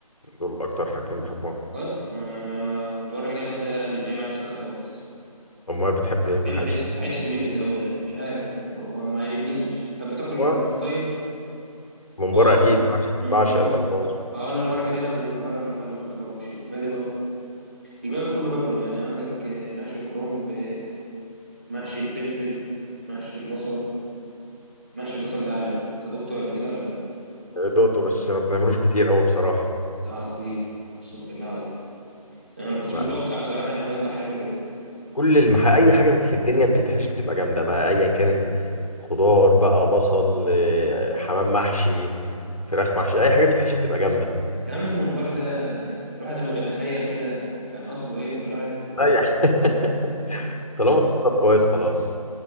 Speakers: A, on the left; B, on the right.
A: دول اكتر حاجتين بحبهم
B: والله انا ما- الورق العنب ده مش جاي معايا سكه خالص
A: امال بتحب ايه المحاشي
B: بحس بحس- بحسه ميزز قوي يعني مش عارف هو ما عجبنيش طب بتاكل
A: هو
B: من بره طيب
A: ممبار
B: هو
A: اكيد بعشق
B: مم،
A: بعشق
B: ما
A: الممبار
B: هو اه انا الورق العنب من بره اللي ما باكلهمش الباقي الباقي كله باكله يعني عندك آه، محشي الكرنب آه، محشي الفلفل محشي البصل محشي البصل ده عالمي انت دقته قبل كده ولا لا
A: دقته بس ما بنعملوش كتير قوي بصراحه
B: ده عظيم اقسم بالله عظيم يعني انا ما كنتش
A: لا.
B: متوقع بصراحه ان هو يطلع حلو كده
A: كل المح... اي حاجه في الدنيا بتتحشي بتبقى جامده بقى ايا كانت خضار بقى بصل آه، حمام محشي فراخ محشي اي حاجه بتتحشي بتبقى جامده
B: يا عم الممبار ده الواحد ما بيتخيل كده كان اصله ايه فالواحد <laughs>
A: لا يعني <laughs> طالما اتحطت كويس خلاص